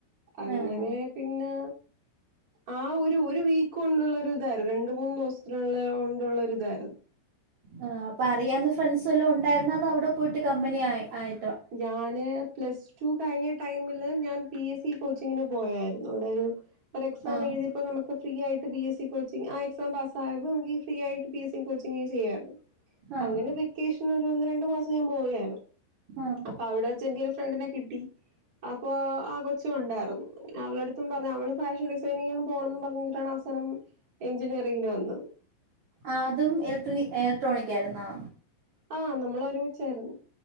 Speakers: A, on the right (about 20°); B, on the right (about 55°).
A: അങ്ങനെ
B: ആഹ്
A: പിന്നെ ആഹ് ഒരു ഒരു വീക്ക് കൊണ്ടുള്ള ഒരു ഇതായിര് രണ്ട്മൂന്ന് ദൂസത്തിനുള്ള കൊണ്ടുള്ള ഒരുതായിരുന്നു
B: ആഹ് അപ്പ അറിയാവുന്ന ഫ്രണ്ട്സ് ല്ലോം ഒണ്ടായിര്ന്നോ അതോ അവ്ടെ പോയിട്ട് കമ്പനി ആയി ആയി
A: ഞാന് പ്ലസ് റ്റു കഴിഞ്ഞ ടൈമില് ഞാൻ പി എസ് സി കോച്ചിങ്ങിന് പോയായിരുന്നു അവിടെ ഒരു ഒരക്സാമ്
B: ആഹ്
A: എഴ്ത്യപ്പോ നമക്ക് ഫ്രീ യായിട്ട് പി എസ്സി കോച്ചിങ് ആഹ് എക്സാം പാസ്സായമ്പോങ്കി ഫ്രീ യായിട്ട് പി എസ്സിങ് കോച്ചിങ് ചെയ്യാര്ന്നു
B: ആഹ്
A: അങ്ങനെ ബെക്കേഷന് ഒന്ന് രണ്ട് മാസം ഞാപോയാര്ന്ന്
B: ആഹ്
A: അപ്പൊ അവ്ടെച്ച് എനിക്കൊരു ഫ്രണ്ടിനെ കിട്ടി അപ്പൊ ആഹ് കൊച്ചുണ്ടാര്ന്നു അവള ട്ത്തും പർഞു അവള് ഫാഷൻ ഡിസൈനിങ്ങന്നു പോണംന്നും പർഞ്ഞു ന്നിട്ടാണാസ് തനം എഞ്ചിനീയറിങ്ന് വന്നത്
B: ആഹ് അതും എലക്ട്രി എലക്ട്രോണിക്കായ്‌ര്ന്നോ
A: ആഹ് നമ്മള ഒരുമിച്ചാര്ന്ന്